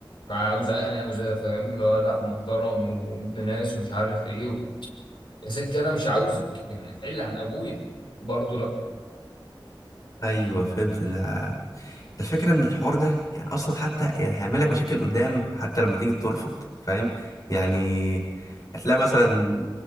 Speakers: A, on the left; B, on the left.
A: عاوزاه يعني عاوزاه فاهم لا لا محترم وابن ناس ومش عارف ايه و... يا ستي انا مش عاوزك يعني حل عن ابويا برضه لا
B: ايوه فهمت ان الفكرة إن الحوار ده يعني أصلا حتى يعني هيعمل لك مشاكل قدام حتى لما تيجي ترفض فاهم يعني هتلاقي مثلا